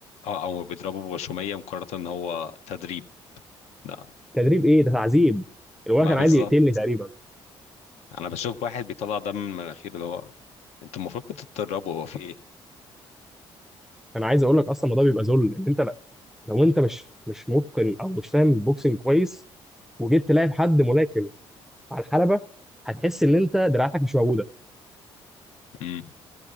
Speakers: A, on the left (about 80°); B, in the centre.
A: او أو بيضربه بغشوميه مقارنه ان هو تدريب لا
B: تدريب ايه ده تعذيب الولد
A: ما
B: كان
A: بالظبط
B: عايز يقتلني تقريبا
A: انا بشوف واحد بيطلع دم من مناخيره اللي هو انتوا المفروض بتتدربوا هو في
B: انا عايز اقول لك اصلا الموضوع بيبقى ذل ان انت لا- لو انت مش مش متقن او مش فاهم بوكسنج كويس وجيت تلاعب حد ملاكم على الحلبه هتحس ان انت دراعتك مش موجوده
A: ايه